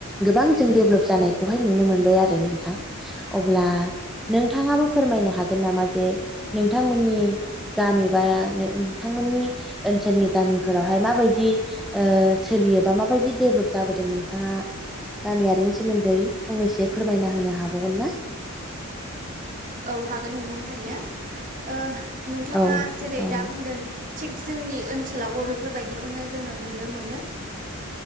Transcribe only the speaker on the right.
औ हागोन नोंथांनिफ्रायनो नोंथाङा
जेरै
दा बुंदों। थिग जोंनि ओनसोलावबो बेफोरबायदिखौनो जोङो नुनो मोनो।